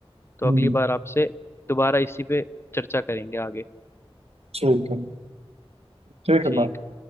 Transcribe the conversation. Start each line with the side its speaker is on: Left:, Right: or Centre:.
Left: तो
Right: हम्म,
Left: अगली बार आपसे दोबारा इसी पे चर्चा करेंगे आगे
Right: ठीक है ठीक
Left: ठीक
Right: है बाय
Left: है